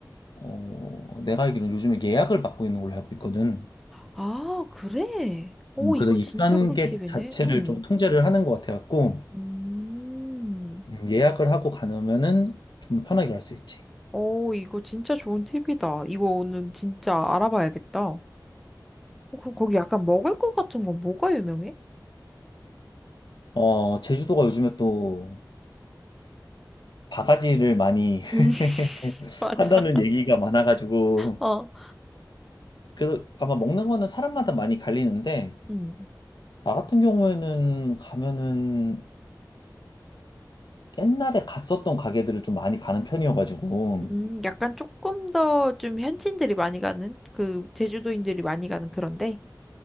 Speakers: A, on the left; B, in the centre.
A: 어, 내가 알기로는 요즘에 예약을 받고 있는 걸로 알고 있거든.
B: 아, 그래? 오,
A: 음,
B: 이거
A: 그래서 입산객
B: 진짜 꿀팁이네.
A: 자체를
B: 응
A: 좀 통제를 하는 것 같아갖고
B: 음,
A: 음, 예약을 하고 가면은 좀 편하게 갈 수 있지.
B: 오, 이거 진짜 좋은 팁이다. 이거 오늘 진짜 알아봐야겠다. 어, 그럼 거기 약간 먹을 것 같은 건 뭐가 유명해?
A: 어, 제주도가 요즘에 또 바가지를 많이 <laughs>
B: <laughs> 맞아.
A: 한다는 얘기가 많아가지고
B: 어.
A: 그래서 아마 먹는 거는 사람마다 많이 갈리는데
B: 응.
A: 나 같은 경우에는 가면은 옛날에 갔었던 가게들을 좀 많이 가는 편이어가지고,
B: 음, 약간 조금 더 좀 현지인들이 많이 가는 그 제주도인들이 많이 가는 그런데.